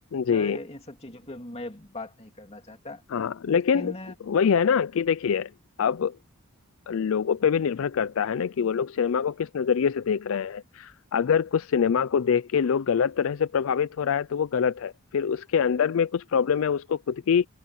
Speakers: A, on the left (about 65°); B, on the left (about 30°).
A: जी
B: खैर इन सब चीजों पे मैं बात नहीं करना चाहता
A: हाँ लेकिन
B: लेकिन
A: वही है ना कि देखिए अब लोगों पे भी निर्भर करता है ना कि वो लोग सिनेमा को किस नजरिए से देख रहे हैं अगर कुछ सिनेमा को देख के लोग गलत तरह से प्रभावित हो रहा है तो वो गलत है फिर उसके अंदर में कुछ प्रॉब्लम है उसको खुद की